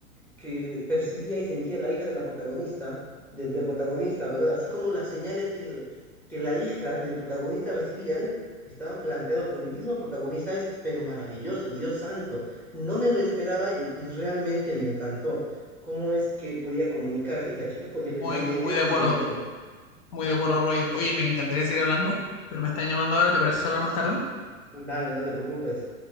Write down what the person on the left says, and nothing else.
Muy,
muy de
acuerdo, muy de acuerdo, Roger. Oye, me encantaría seguir hablando, pero me están llamando ahora, ¿te parece hablar más tarde?